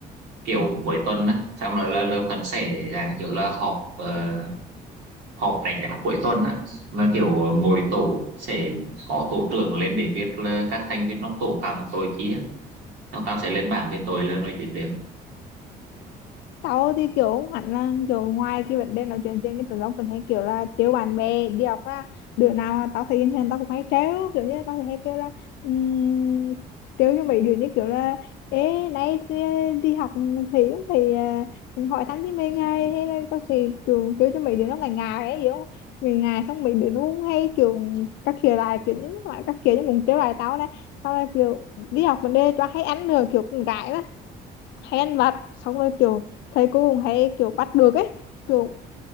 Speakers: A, on the right (about 80°); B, on the left (about 85°).
A: kiểu cuối tuần á xong rồi là lớp phân sẽ là kiểu là họp ờ, họp đánh giá cuối tuần á mà kiểu mỗi tổ sẽ có tổ trưởng lên để viết là các thành viên trong tổ phạm tội kia nó tao sẽ lên bảng cái tội là nói chuyện riêng
B: tao thì kiểu không hẳn là kiểu ngoài cái vấn đề nói chuyện trên cái tụi nó mình hay kiểu là trêu bạn bè đi học á đứa nào mà tao thấy bình thường tao cũng hay trêu kiểu như tao thì hay kêu là um, trêu cho mấy đứa như kiểu là ê nay đi đi học thì không thì à, hỏi thăm với mình hay hay là tao sẽ kiểu trêu cho mấy đứa nó ngại ngại ấy hiểu không ngại ngại xong mấy đứa nó cũng hay kiểu các kiểu lại kiểu những loại các kiểu như muốn trêu lại tao này sau này kiểu đi học vấn đề cho hay ăn nữa kiểu con gái đó hay ăn vặt xong rồi kiểu thầy cô cũng hay kiểu bắt được ấy kiểu